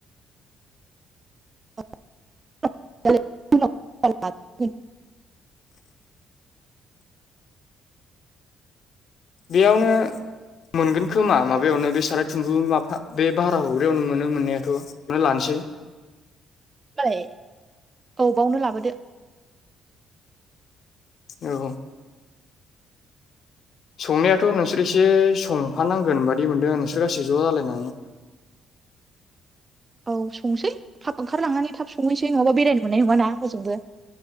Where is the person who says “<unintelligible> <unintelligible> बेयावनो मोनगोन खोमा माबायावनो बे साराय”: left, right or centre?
Left